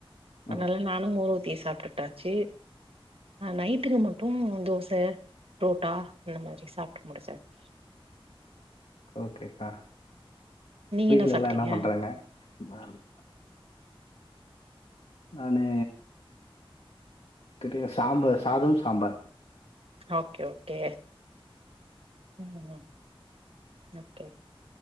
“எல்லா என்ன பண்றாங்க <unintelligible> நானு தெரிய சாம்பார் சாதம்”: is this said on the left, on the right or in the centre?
Left